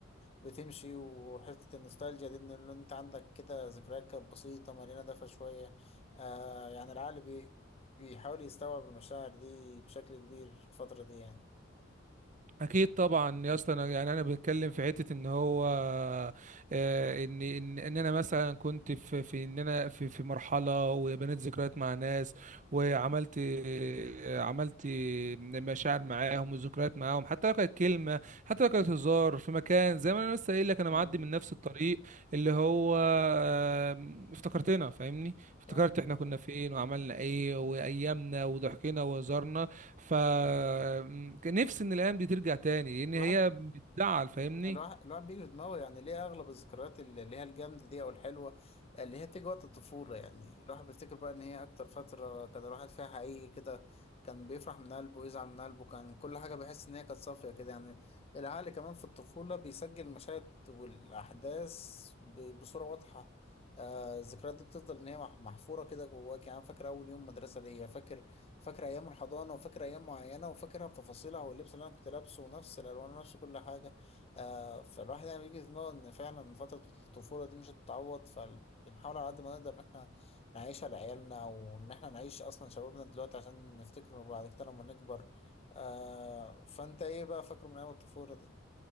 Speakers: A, on the left (about 30°); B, on the right (about 40°).
A: بتمشي وحتة النوستالجيا دي إن إن أنت عندك كده ذكريات كانت بسيطة مليانة دفى شوية آه يعني العقل بي بيحاول يستوعب المشاعر دي بشكل كبير الفترة دي يعني
B: اكيد طبعا يا اسطى انا يعني انا بتكلم في حته ان هو آه، ان ان ان انا مثلا كنت في في ان انا في في مرحله وبنيت ذكريات مع ناس وعملت آه، عملت مشاعر معاهم وذكريات معاهم حتى لو كانت كلمه حتى لو كانت هزار في مكان زي ما انا لسه قايل لك انا
A: مم.
B: معدي من نفس الطريق اللي هو آه، افتكرتنا فاهمني افتكرت
A: فاهم.
B: احنا كنا فين وعملنا ايه وايامنا وضحكنا وهزارنا فنفسي ان الايام دي ترجع تاني لان هي
A: الواحد
B: بتزعل فاهمني
A: الواحد الواحد بيجي في دماغه يعني ليه اغلب الذكريات اللي اللي هي الجامده دي او الحلوه اللي هي بتيجي وقت الطفوله يعني الواحد بيفتكر بقى ان هي اكتر فتره كان الواحد فيها حقيقي كده كان بيفرح من قلبه ويزعل من قلبه كان كل حاجه بيحس ان هي كانت صافيه كده يعني العقل كمان في الطفوله بيسجل المشاهد والاحداث ب- بصوره واضحه آه الذكريات دي بتفضل ان هي مح- محفوره كده جواك يعني أنا فاكر اول يوم مدرسه ليا فاكر فاكر ايام الحضانه وفاكر ايام معينه وفاكرها بتفاصيلها واللبس اللي انا كنت لابسه ونفس الالوان ونفس كل حاجه آه فالواحد يعني بيجي في دماغه ان فعلا فترة الطفولة دي مش هتتعوض فبنحاول على قد ما نقدر ان احنا نعيشها لعيالنا وان احنا نعيش اصلا شبابنا دلوقتي عشان نفتكره بعد كده لما نكبر آه فانت ايه بقى فاكره من ايام الطفولة دي؟